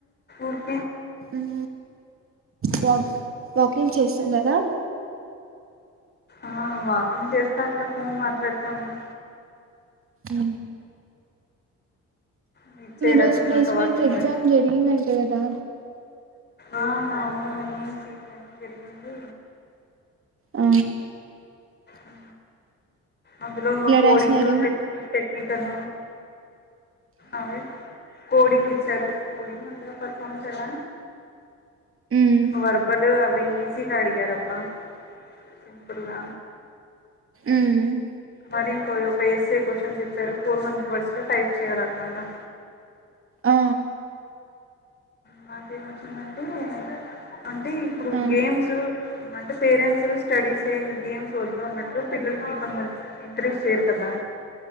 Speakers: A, on the left; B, on the right.
A: ఉంటి.
B: ఉం వాక్ వాకింగ్ చేస్తున్నారా.
A: ఆ వాకింగ్ చేస్తా అట్లా ఫోన్ మాట్లాడుతుంది.
B: అ
A: మీరు చేయరా
B: రోజు
A: తిన్నాక
B: ప్లేస్మెంట్
A: వాకింగు
B: ఎగ్జామ్ జరిగిందంట కదా
A: ఆ అవును, అవును ఇట్లనే జరిగింది.
B: ఆ
A: అ అందులో కోడింగ్
B: రాసినారు
A: ఇంకాన ఆవు కోడింగ్ ఇచ్చారు. కోడింగ్ అంతగా పర్ఫార్మ్ చేయాలా.
B: మ్మ్
A: వర్బల్ అవి ఈజీగా అడిగారబ్బా సింపుల్గా
B: ఉమ్
A: మరి ఇంకో ఒక ఎస్ఏ క్వశ్చన్సు ఇచ్చారు. పూర్వ రివర్స్ లో టైప్ చేయాలన్నమాట.
B: ఆ
A: మాకేం వచ్చిందంటే అంటే ఇప్పుడు
B: ఆ
A: గేమ్స్ అంటే పేరెంట్స్ స్టడీస్ గేమ్స్ వద్దు అన్నట్టు పిల్లలకి కొంతమంది ఇంట్రెస్ట్ చేయరు కదా.